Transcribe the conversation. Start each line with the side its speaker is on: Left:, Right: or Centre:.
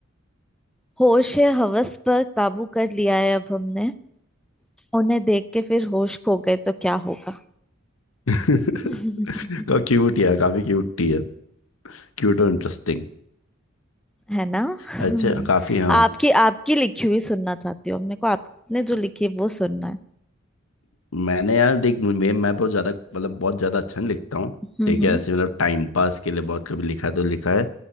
Centre: होश है हवस पर काबू कर लिया है अब हमने उन्हें देख के फिर होश खो गए तो क्या होगा
Left: <laughs>
Centre: <laughs>
Left: का क्यूट यार काफी क्यूट थी है क्यूट और इंटरेस्टिंग
Centre: है ना हम्म,
Left: अच्छा काफी हाँ
Centre: आपकी आपकी लिखी हुई सुनना चाहती हूँ मेरे को आपने जो लिखी है वो सुनना
Left: मैंने यार देख मैं मैं बहुत ज़्यादा मतलब बहुत ज़्यादा अच्छा नहीं लिखता हूँ
Centre: हम्म
Left: ठीक है ऐसे मतलब टाइम पास के लिए बहुत कभी लिखा है तो लिखा है